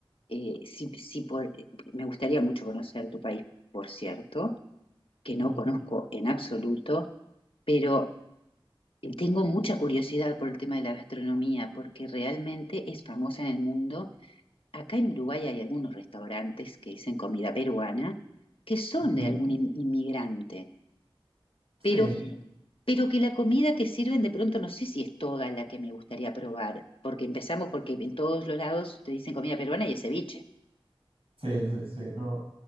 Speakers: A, on the left (about 70°); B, on the right (about 85°).
A: eh, si, si por, eh, me gustaría mucho conocer tu país, por cierto, que
B: Ujú,
A: no conozco en absoluto. Pero Y Tengo mucha curiosidad por el tema de la gastronomía, porque realmente es famosa en el mundo. Acá en Uruguay hay algunos restaurantes que dicen comida peruana, que son
B: ujú.
A: de algún in- inmigrante,
B: Sí,
A: pero, Sí. pero que la comida que sirven de pronto no sé si es toda la que me gustaría probar, porque empezamos porque en todos los lados te dicen comida peruana y es ceviche.
B: sí, sí, sí, no.